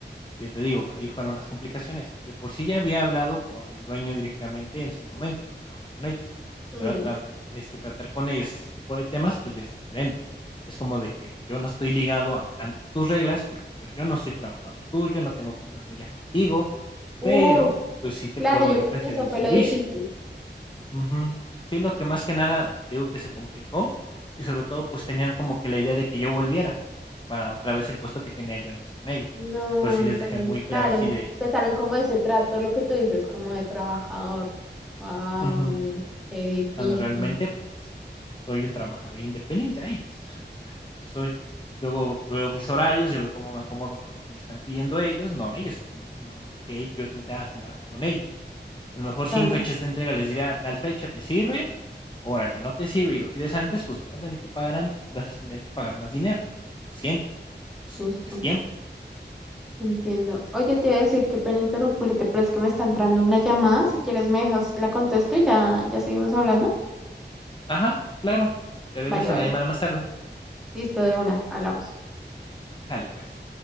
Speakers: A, on the left; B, in the centre.
A: Pero yo te digo, ahí fueron las complicaciones. De por sí ya había hablado con el dueño directamente en su momento cuando trabajaba con ellos,
B: Mm.
A: pero a tra- este, tratar con ellos este tipo de temas, pues ya es diferente. Es como de que yo no estoy ligado a tanto tus reglas porque pues yo no soy trabajador tuyo, no tengo contrato ya contigo,
B: Uf,
A: pero pues sí te
B: claro,
A: puedo
B: yo
A: yo
B: creo
A: ofrecer
B: que eso
A: el
B: fue
A: servicio.
B: lo difícil.
A: Ujú. Sí, lo que más que nada te digo que se complicó y sobre todo pues tenían como que la idea de que yo volviera para otra vez el puesto que tenía yo antes con ellos.
B: No,
A: Pero sí
B: entonces,
A: les dejé muy claro
B: claro,
A: así de,
B: empezaron como ese trato, lo que tú dices, como de trabajador. Wow,
A: Ujú.
B: qué difícil.
A: Cuando realmente, pues, soy un trabajador independiente a ellos. <laughs> O sea, yo soy yo hago veo mis horarios, yo veo cómo me acomodo con lo que me están pidiendo ellos, no ellos se tienen no que yo me tenga que acomodar con ellos. A lo mejor sí
B: Tan
A: en fechas de entrega les diré a tal fecha, ¿te sirve? Órale, no te sirve y lo quieres antes, pues vas a tener que pagar an- vas a tener que pagar más dinero. Lo siento, porque pues
B: justo.
A: es tiempo.
B: Entiendo. Oye, te iba a decir, qué pena interrumpirte, pero es que me está entrando una llamada. Si quieres, me dejas, la contesto y ya, ya seguimos hablando.
A: Ajá, claro. Te regreso
B: Vale, vale.
A: la llamada más tarde.
B: Listo, de una, hablamos.
A: Sale, pues.